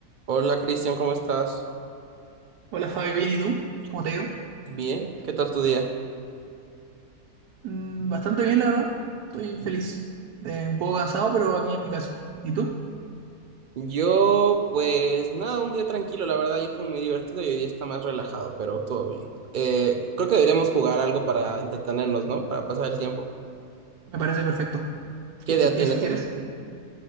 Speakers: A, on the right; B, on the right.
A: Hola Cristian, ¿cómo estás?
B: Hola Fabi, bien, ¿y tú? ¿Cómo te ha ido?
A: Bien, ¿qué tal tu día?
B: Mm, bastante bien, la verdad. Estoy feliz. Eh, un poco cansado, pero aquí en mi casa. ¿Y tú?
A: Yo, pues nada, un día tranquilo, la verdad ayer fue muy divertido y hoy día está más relajado, pero todo bien. Eh, creo que deberíamos jugar algo para entretenernos, ¿no? Para pasar el tiempo.
B: Me parece perfecto.
A: ¿Qué
B: ¿Qué,
A: idea
B: te- qué
A: tienes
B: sugieres?
A: en mente?